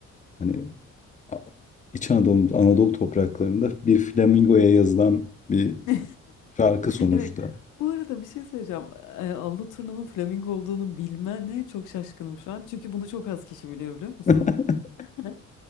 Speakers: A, on the left (about 25°); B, on the left (about 85°).
A: hani A- İç Anadolu, Anadolu topraklarında bir flamingoya yazılan bir
B: <laughs>
A: şarkı sonuçta.
B: Evet. Bu arada bir şey söyleyeceğim. E, Avlu turnunun flamingo olduğunu bilmene çok şaşkınım şu an. Çünkü bunu çok az kişi biliyor biliyor musun?
A: <laughs>
B: <laughs>